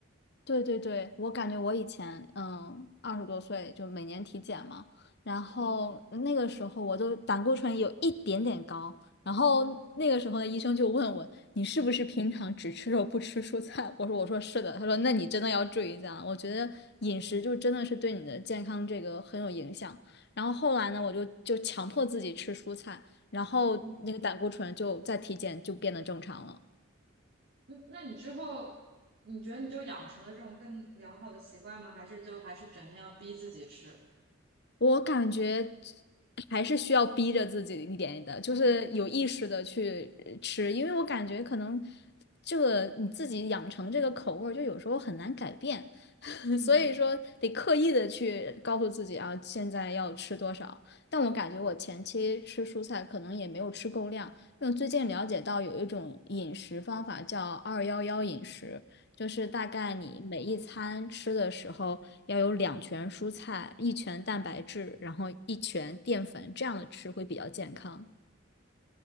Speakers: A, on the left; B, on the right.
A: 对对对，我感觉我以前嗯二十多岁就每年体检嘛，然后那个时候我都胆固醇有一点点高，
B: 嗯
A: 然后那个时候的医生就问我你是不是平常只吃肉不吃蔬菜？
B: 嗯
A: <laughs> 我说我说是的，他说那你真的要注意一下，我觉得饮食就真的是对你的健康这个很有影响。然后后来呢，我就就强迫自己吃蔬菜，然后那个胆固醇就在体检就变得正常了。
B: 嗯嗯，那你之后你觉得你就养成了这种更良好的习惯吗？还是就还是整天要逼自己吃？
A: 我感觉还是需要逼着自己一点的，就是有意识的去呃吃，
B: 嗯
A: 因为我感觉可能这个你自己养成这个口味儿就有时候很难改变，<laughs>
B: 嗯。
A: 所以说得刻意的去告诉自己啊，现在要吃多少。但我感觉我前期吃蔬菜可能也没有吃够量，因为最近了解到有一种饮食方法叫“二幺幺饮食”，就是大概你每一餐吃的时候要有两拳蔬菜，
B: 嗯
A: 一拳蛋白质，然后一拳淀粉，这样的吃会比较健康。